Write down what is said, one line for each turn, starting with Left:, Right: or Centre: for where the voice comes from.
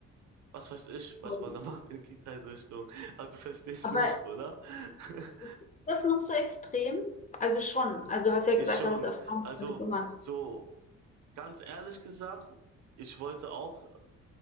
Right: was weiß ich, was
Left: voll.
Right: man da <laughs> macht in Kita-Einrichtung. Aber du verstehst
Left: Aber
Right: mich, oder? <laughs>
Left: ist das noch so extrem? Also schon. Also du hast ja
Right: ich
Left: gesagt,
Right: schon.
Left: du hast Erfahrungen
Right: Also
Left: damit gemacht.
Right: so ganz ehrlich gesagt, ich wollte auch